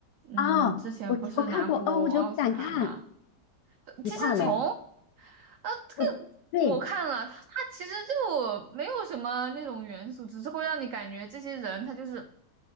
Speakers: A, on the right; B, on the left.
A: 嗯，
B: 啊。
A: 之前不是拿过奥斯卡吗？
B: 我我看过哦，我觉得不敢看，
A: 呃寄生虫》啊，
B: 你看了没？
A: 这个。
B: 我对，
A: 我看了，他它其实就没有什么那种元素，只是会让你感觉这些人他就是